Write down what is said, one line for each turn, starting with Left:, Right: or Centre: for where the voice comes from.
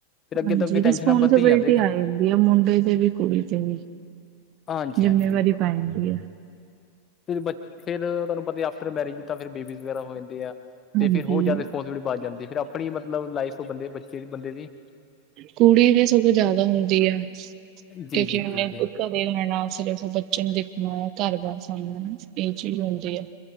Left: ਫਿਰ ਅੱਗੇ
Right: ਹਾਂਜੀ
Left: ਤੋਂ ਅੱਗੇ ਟੈਨਸ਼ਨਾਂ
Right: ਰਿਸਪੋਂਸੀ
Left: ਵੱਧ ਹੀ
Right: ਬਿਲਟੀ
Left: ਜਾਂਦੇਗਾ
Right: ਆ ਜਾਂਦੀ ਮੁੰਡੇ ਦੇ ਵੀ ਕੁੜੀ ਤੇ ਵੀ
Left: ਹਾਂਜੀ ਹਾਂਜੀ
Right: ਜਿੰਮੇਵਾਰੀ ਪੈ ਜਾਂਦੀ ਹੈ
Left: ਫਿਰ ਬੱਚੀ ਫਿਰ ਤੁਹਾਨੂੰ ਪਤਾ ਆਫਟਰ ਮੈਰਿਜ ਤਾਂ ਫਿਰ ਇਹ ਬੇਬੀ ਵਗੈਰਾ ਹੋ ਜਾਂਦੇ ਨੇ ਤੇ
Right: ਹਾਂਜੀ
Left: ਫਿਰ ਉਹ ਜਦ ਰਿਸਪੋਂਸਬਿਲੀਟੀ ਵਧ ਜਾਂਦੀ ਫਿਰ ਆਪਣੀ ਮਤਲਬ ਲਾਈਫ ਬੰਦੇ ਬੱਚੇ ਬੰਦੇ ਸੀ
Right: ਕੁੜੀ ਦੀ ਸਗੋਂ ਜਿਆਦਾ ਹੁੰਦੀ ਐ,
Left: ਜੀ
Right: ਕਿਉਂਕਿ
Left: ਜੀ
Right: ਉਨ
Left: ਜੀ ਜੀ
Right: <unintelligible> ਸਿਰਫ ਬੱਚੇ ਨੂੰ ਵੇਖਣਾ ਘਰ ਬਾਰ ਸਾਂਭਣਾਂ, ਇਹ ਚੀਜ ਹੁੰਦੀ ਐ।